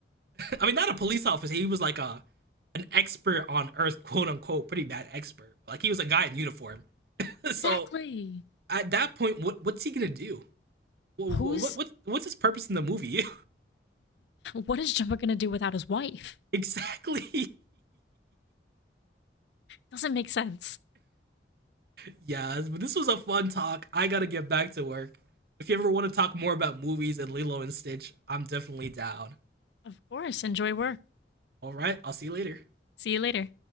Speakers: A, on the right; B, on the left.
A: I mean, not a police officer. He was like a an expert on Earth, quote unquote, pretty bad expert. Like he was a guy in uniform. <laughs> so
B: Exactly.
A: at that point, what what's he gonna do? What,
B: Who's.
A: what, what what's his purpose in the movie?
B: What is Jumbo going to do without his wife?
A: <laughs> exactly.
B: Doesn't make sense.
A: <laughs> yeah, but this was a fun talk. I gotta get back to work. If you ever want to talk more about movies and Lilo and Stitch, I'm definitely down.
B: Of course, enjoy work.
A: All right, I'll see you later.
B: See you later.